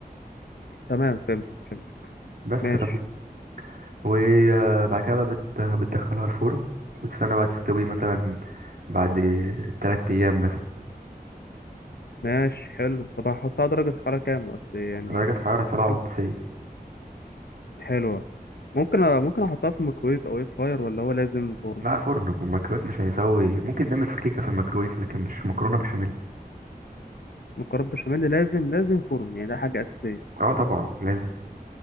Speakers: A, on the left; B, on the right.
A: تمام فهمت فهمت
B: بس
A: ماشي
B: كده وبعد كده بقى بت- بتدخلها الفرن وتستنى بقى تستوي مثلا بعد تلات أيام مثلا
A: ماشي حلو طب هحطها درجه حراره كام اصل يعني
B: على درجة حرارة سبعة
A: حاسس
B: وتسعين
A: حلوه ممكن أ- ممكن احطها في الميكرويف او اير فراير ولا هو لازم فرن
B: لا فرن والميكرويف مش هيسوي ممكن تعمل في كيكة في الميكرويف لكن مش مكرونة بشاميل
A: مكرونه بشاميل لازم لازم فرن يعني ده حاجه اساسيه
B: اه طبعا لازم